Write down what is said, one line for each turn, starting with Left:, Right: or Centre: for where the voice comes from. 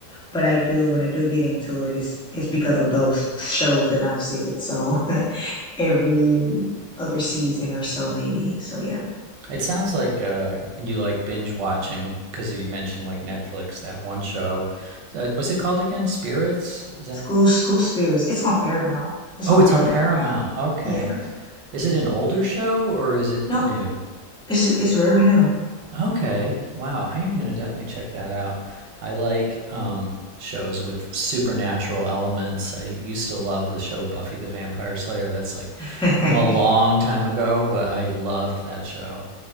Centre: but I do when I do get into it, it's it's because of those shows that I've said. So <laughs> every other season or so, maybe. So yeah.
Right: It sounds like uh, you like binge watching because you mentioned like Netflix that one show. Uh, what's it called again? Spirits? Is that?
Centre: School School Spirits. It's on Paramount. It's
Right: Oh,
Centre: on
Right: it's
Centre: Paramount
Right: on Paramount.
Centre: now.
Right: Okay.
Centre: Yeah.
Right: Is it an older show or is it
Centre: No,
Right: new?
Centre: it's it's very new.
Right: Okay. Wow. I am gonna definitely check that out. I like um, shows with supernatural elements. I used to love the show Buffy the Vampire Slayer. That's like
Centre: <laughs>
Right: from a long time ago, but I loved that show.